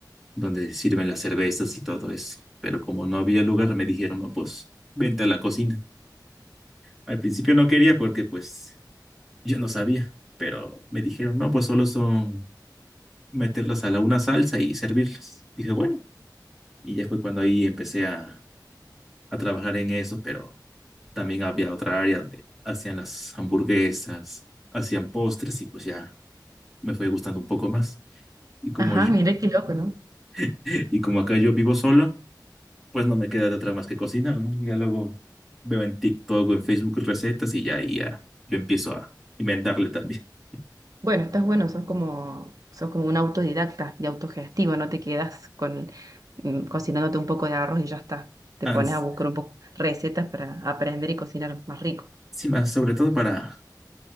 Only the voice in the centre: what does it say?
donde sirven las cervezas y todo eso. Pero como no había lugar, me dijeron, no, pues, vente a la cocina. Al principio no quería porque, pues, yo no sabía. Pero me dijeron, no, pues solo son meterlas a la una salsa y servirlas. Dije, bueno, Y ya fue cuando ahí empecé a, a trabajar en eso, pero también había otra área donde hacían las hamburguesas, hacían postres y pues ya me fue gustando un poco más. Y como
yo-
<laughs> y como acá yo vivo solo, pues no me queda de otra más que cocinar, ¿no? Ya luego veo en TikTok o en Facebook recetas y ya, ahí ya yo empiezo a inventarle también. <laughs>
Ah,
s-
Sí, más sobre todo para